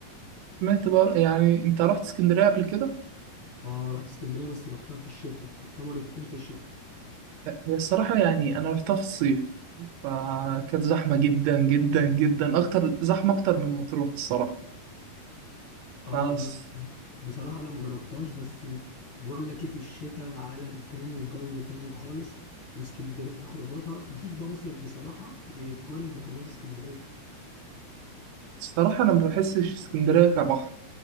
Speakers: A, on the right (about 85°); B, on the left (about 55°).
A: سمعت بقى يعني انت رحت اسكندرية قبل كده
B: اه رحت اسكندريه بس رحتها في الشتاء رحتها مرتين في الشتاء
A: هي الصراحة يعني أنا رحتها في الصيف فكانت زحمة جدا جدا جدا أكتر زحمة أكتر من مطروح الصراحة
B: اه
A: بس
B: لا بصراحه لا ما جربتهاش بس بقول لك ايه في الشتاء عالم تاني وجو تاني خالص واسكندريه خروجاتها مفيش بقى مصيف بصراحه يتقارن بخروجات اسكندريه
A: الصراحة أنا ما بحسش اسكندرية كبحر